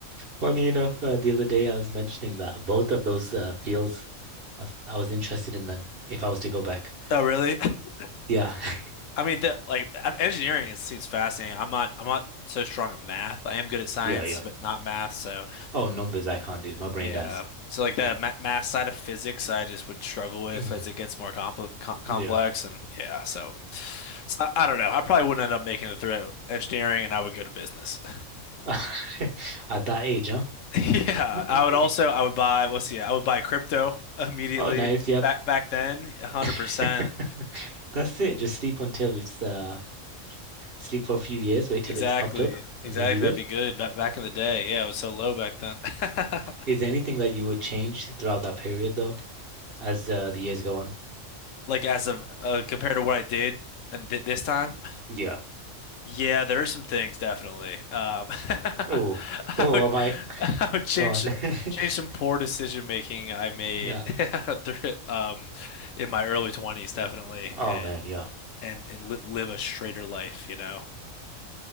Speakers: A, on the right; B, on the left.
A: Funny enough, uh, the other day I was mentioning that both of those uh, fields, I was, I was interested in them if I was to go back.
B: Oh, really? <laughs>
A: Yeah. <laughs>
B: I mean, the, like I- engineering is seems fascinating. I'm not I'm not so strong at math. I am good at science,
A: Yeah, yeah.
B: but not math. So
A: Oh, numbers I can't do. My brain
B: yeah.
A: dies.
B: So like the
A: Yeah.
B: ma math side of physics, I just would struggle with
A: Mm,
B: as it gets more compl com complex.
A: yeah.
B: And yeah, so, so I, I don't know. I probably wouldn't end up making it through engineering, and I would go to business. <laughs>
A: <laughs> At that age, huh?
B: Yeah,
A: Okay.
B: I would also I would buy. Let's see, I would buy crypto immediately.
A: Oh, nice. Yep.
B: Back back then, 100%.
A: <laughs> That's it. Just sleep until it's uh sleep for a few years, wait till
B: Exactly.
A: it's popped up,
B: Exactly.
A: and then you're good.
B: That'd be good. Back back in the day, yeah, it was so low back then. <laughs>
A: Is there anything that you would change throughout that period though, as uh, the years go on?
B: Like as of uh, compared to what I did and th this time,
A: Yeah.
B: yeah, there are some things definitely. Um, <laughs>
A: Oh,
B: I
A: oh,
B: would
A: am I
B: I would change
A: gone? <laughs>
B: change some poor decision making I made
A: Yeah.
B: <laughs> through, um in my early 20s definitely
A: Oh
B: and
A: man, yeah.
B: and and li live a straighter life, you know. <laughs>